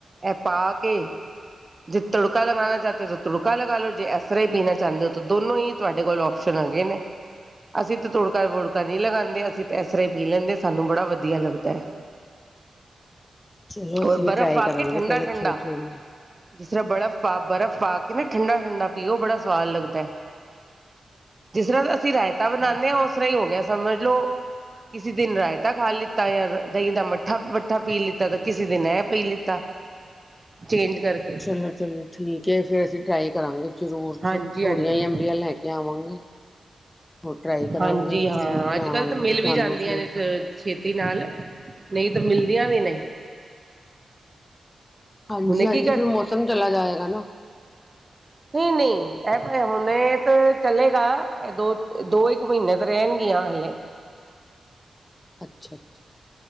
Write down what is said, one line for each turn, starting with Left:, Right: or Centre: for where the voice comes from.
Right: ਇਹ ਪਾ ਕੇ ਜੇ ਤੜਕਾ ਲਗਾਣਾ ਚਾਹਦੇ ਹੋ ਤਾਂ ਤੜਕਾ ਲਗਾਲ ਲੋ, ਜੇ ਅਸਰ ਹੀ ਪੀਣਾ ਚਾਹੁੰਦੇ ਹੋ ਤਾਂ ਦੋਨੋ ਹੀ ਤੁਹਾਡੇ ਕੋਲ ਆਪਸ਼ਨ ਹੈਗੇ ਨੇ ਅਸੀਂ ਤਾਂ ਤੁੜਕਾ-ਵੁੜਕਾ ਨਹੀਂ ਲਗਾਦੇ, ਅਸੀਂ ਤਾਂ ਇਸ ਤਰ੍ਹਾਂ ਹੀ ਪੀ ਲੈਂਦੇ ਸਾਨੂੰ ਬੜਾ ਵਧੀਆ ਲੱਗਦਾ ਹੈ।
Left: ਚਲੋ ਅਸੀਂ
Right: ਔਰ
Left: ਵੀ
Right: ਬਰਫ਼
Left: ਟਰਾਈ
Right: ਪਾ
Left: ਕਰਾਂਗੇ
Right: ਕੇ ਠੰਡਾ-ਠੰਡਾ,
Left: ਪਹਿਲੇ ਛੋ ਥੋੜੀਆਂ
Right: ਜਿਸ ਤਰ੍ਹਾਂ ਬਰਫ਼ ਪਾ ਬਰਫ਼ ਪਾ ਕੇ ਨਾ ਠੰਡਾ-ਠੰਡਾ ਪੀਓ, ਬੜਾ ਸਵਾਦ ਲੱਗਦਾ। ਜਿਸ ਤਰ੍ਹਾਂ ਅਸੀਂ ਰਾਇਤਾ
Left: ਅੱਛਾ
Right: ਬਣਾਨੇ ਆ, ਉਸ ਤਰ੍ਹਾਂ ਹੀ ਹੋ ਗਿਆ ਸਮਝ ਲਓ। ਕਿਸੇ ਦਿਨ ਰਾਇਤਾ ਖਾ ਲੀਤਾ, ਜਾਂ ਦਹੀਂ ਦਾ ਮੱਠਾ ਮੱਠਾ ਪੀ ਲੀਤਾ ਤਾਂ ਕਿਸੇ ਦਿਨ ਇਹ ਪੀ ਲਿੱਤਾ <unintelligible> ਕਰਕੇ
Left: ਚਲੋ ਚਲੋ, ਠੀਕ ਏ ਫੇਰ ਅਸੀਂ ਟਰਾਈ ਕਰਾਂਗੇ। ਜ਼ਰੂਰ
Right: ਹਾਂਜੀ
Left: ਥੋੜੀਆਂ
Right: ਹਾਂਜੀ
Left: ਜੀਆ ਅੰਬੀਆਂ ਲੈ ਕੇ ਆਵਾਂਗੇ। ਹੋਰ ਟਰਾਈ ਕਰਾਂਗੇ,
Right: ਹਾਂਜੀ ਹਾਂ
Left: ਜ਼ਰੂਰ ਬਣਾਵਾਂਗੇ
Right: ਅੱਜ ਕੱਲ੍ਹ ਤਾਂ ਮਿਲ ਵੀ
Left: ਤੁਹਾਨੂੰ
Right: ਜਾਂਦੀਆਂ
Left: ਫਿਰ
Right: ਨੇ ਛੇਤੀ ਨਾਲ ਨਹੀਂ ਤਾਂ ਮਿਲਦੀਆਂ ਵੀ ਨਹੀਂ,
Left: ਹਾਂਜੀ-ਹਾਂਜੀ,
Right: ਹੁਣੇ ਕੀ
Left: ਫਿਰ ਮੌਸਮ ਚਲਾ ਜਾਏਗਾ ਨਾ।
Right: <unintelligible> ਨਹੀਂ-ਨਹੀਂ ਇਹ ਹੁਣ ਤਾਂ ਚਲੇੇਗਾ, ਇਹ ਦੋ ਦੋ ਇੱਕ ਮਹੀਨੇ ਤਾਂ ਰਹਿਣਗੀਆਂ। ਹਲੇ,
Left: ਅੱਛਾ-ਅੱਛਾ,